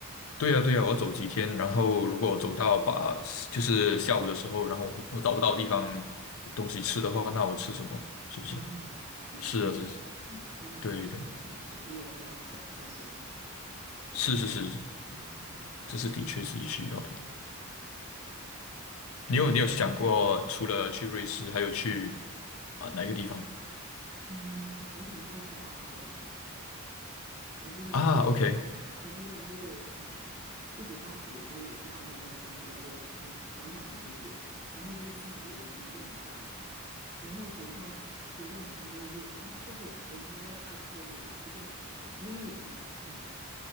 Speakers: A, on the left; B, on the right.
A: 对呀，对呀，我要走几天，然后如果我走到把就是下午的时候，然后我我找不到地方有东西吃的话，那我吃什么？是不是？
B: 哦，<laughs>
A: 是啊，
B: 对，
A: 是，
B: 所以还是要准备充足。
A: 对对，
B: 如果是要走这些的话，
A: 是是是，
B: 嗯
A: 这是的确是需要的。
B: 那难。
A: 你有你有想过，除了去瑞士，还有去啊哪一个地方
B: 嗯，我想再去澳洲，我之前就啊，
A: 啊？OK，
B: 我之前就啊，就读大学的时候有去澳洲那里工作过，可能短短一个月，然后就再留了一个礼拜玩，然后回到回到家之后就啊后悔了，我应该要再多留一段时间了，因为那里真的好漂亮